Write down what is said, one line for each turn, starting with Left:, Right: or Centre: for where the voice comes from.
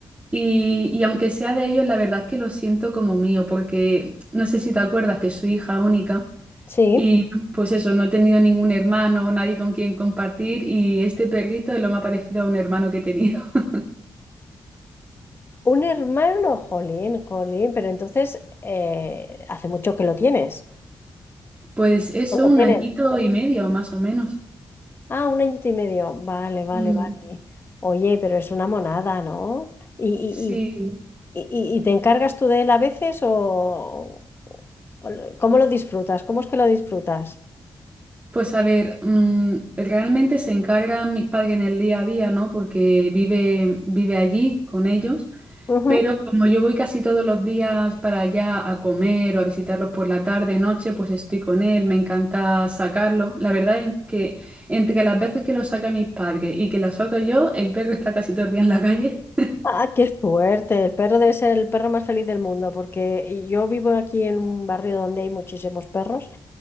Right: Y, y aunque sea de ellos, la verdad es que lo siento como mío, porque no sé si te acuerdas que soy hija única
Left: Sí.
Right: y pues eso, no he tenido ningún hermano, nadie con quien compartir y este perrito es lo más parecido a un hermano que he tenido. <laughs>
Left: Un hermano, jolín, jolín, pero entonces eh, hace mucho que lo tienes.
Right: Pues eso,
Left: ¿O lo
Right: un
Left: tienen?
Right: añito y medio, más o menos.
Left: Ah, un añito y medio. Vale, vale,
Right: Mm,
Left: vale. Oye, pero es una monada, ¿no? ¿Y,
Right: sí.
Left: y, y, y- y te encargas tú de él a veces o o lo- cómo lo disfrutas? ¿Cómo es que lo disfrutas?
Right: Pues a ver, mm, realmente se encargan mis padres en el día a día, ¿no? Porque vive, vive allí con ellos,
Left: Ujú.
Right: pero como yo voy casi todos los días para allá a comer o a visitarlos por la tarde, noche, pues estoy con él, me encanta sacarlo. La verdad es que entre las veces que lo saca mis padres y que lo saco yo, el perro está casi todo el día en la calle. <laughs>
Left: Ah, qué suerte. El perro debe ser el perro más feliz del mundo, porque yo vivo aquí en un barrio donde hay muchísimos perros